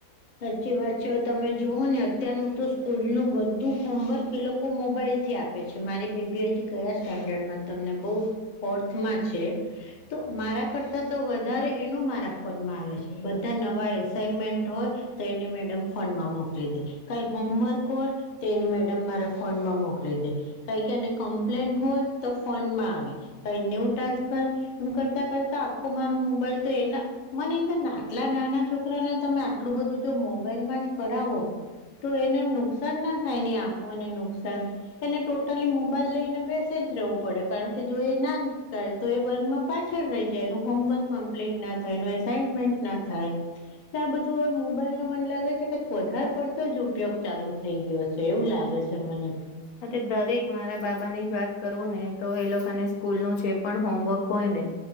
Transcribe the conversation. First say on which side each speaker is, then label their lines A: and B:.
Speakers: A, on the left; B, on the left.
A: સાચી વાત છે હવે તમે જુઓ ને અત્યારનું તો સ્કૂલનું બધું હોમવર્ક એ લોકો મોબાઈલ થી આપ આપે છે. મારી બેબી હજી કયા સ્ટાન્ડર્ડમાં તમને કહું ફોર્થમાં છે. તો મારા કરતા તો વધારે એનું મારા ફોનમાં આવે છે. બધા નવા એસાઈનમેન્ટ હોય. તો એની મેડમ ફોનમાં મોકલી દે. કઈ હોમવર્ક હોય. તે એની મેડમ મારા ફોન માં મોકલી દે. કંઈક એની કમ્પ્લેન હોય તો ફોનમાં આવે. કઈ ન્યુ ટાક કર એમ કરતા કરતા આખો મારો મોબાઈલ તો એના મને એમ તો આટલા નાના છોકરાને તમે આટલું બધું જો મોબાઈલ માં જ કરાવો. તો એને નુકસાન ના થાય એની આંખોને નુકસાન. એને ટોટલી મોબાઈલ લઈને બેસે જ રહેવું પડે. કારણ કે જો એ ના કરે તો એ વર્ગમાં પાછળ રહી જાય એનું હોમવર્ક કમ્પ્લેટ ના થાય, એની એસાઈમેન્ટ ના થાય. એટલે આ બધું હવે મો મોબાઈલનો મને લાગે છે કઈક વધારે પડતો જ ઉપયોગ ચાલુ થઈ ગયો છે, એવું લાગે છે મને તો.
B: હા તે દરેક મારા બાબાની જ વાત કરું ને તો એ લોકાને સ્કૂલનું જે પણ હોમવર્ક હોય ને